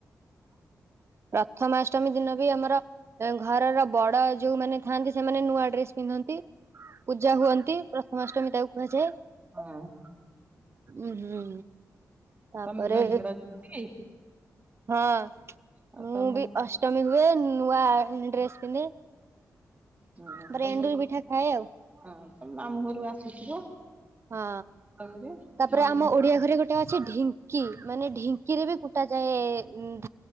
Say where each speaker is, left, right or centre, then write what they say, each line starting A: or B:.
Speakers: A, on the right; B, on the right.
A: ପ୍ରଥମାଷ୍ଟମୀ ଦିନ ବି ଆମର ଘରର ବଡ ଯୋଉମାନେ ଥାଆନ୍ତି ସେମାନେ ନୂଆ ଡ୍ରେସ୍ ପିନ୍ଧନ୍ତି ପୂଜା ହୁଅନ୍ତି ପ୍ରଥମାଷ୍ଟମୀ ତାକୁ କୁହାଯାଏ।
B: ହଁ ହଁ
A: ଉ ହୁଁ ତାପରେ
B: ତମେ ତ ବଡ ଦିଦି
A: ହଁ
B: ଆଉ
A: ମୁଁ
B: ତମ
A: ବି ଅଷ୍ଟମୀ ହୁଏ ନୂଆ ଡ୍ରେସ୍ ପିନ୍ଧେ
B: ହଁ
A: ତାପରେ
B: ସମସ୍ତେ
A: ଏଣ୍ଡୁରି ପିଠା ଖାଏ ଆଉ
B: ହଁ। ମାମୁଁ ଘରୁ ଆସୁଥିବ।
A: ହଁ
B: ତମରେ
A: ତାପରେ
B: ମାମୁଁ
A: ଆମ
B: ଘର
A: ଓଡିଆ ଘରେ ଗୋଟେ ଅଛି ଢିଙ୍କି ମାନେ ଢିି ଙ୍କି ରେ ବି କୁଟା ଯାଏ।